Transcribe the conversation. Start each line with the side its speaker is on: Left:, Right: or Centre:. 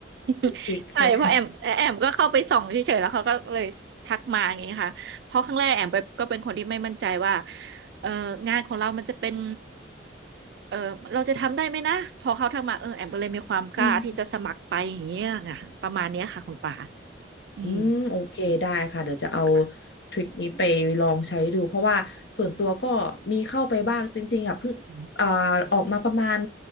Right: <laughs>
Left: ติดใช่ไหม
Right: ใช่เพราะแอมแอมก็เข้าไปส่องเฉยๆแล้วเขาก็เลยทักมาอย่างนี้ค่ะเพราะครั้งแรกแอมไปก็เป็นคนที่ไม่มั่นใจว่าเอองานของเรามันจะเป็น เออเราจะทำได้ไหมนะพอเขาทักมาเออแอมก็เลยมีความกล้าที่จะสมัครไปอย่างเงี้ยไงประมาณเนี้ยค่ะคุณป่า
Left: อืม
Right: อืม
Left: อืมโอเคได้ค่ะเดี๋ยวจะเอา
Right: ค่ะ
Left: ทริคนี้ไปลองใช้ดูเพราะว่าส่วนตัวก็มีเข้าไปบ้างจริงๆอ่ะเพิ่งอ่าออกมาประมาณ
Right: อม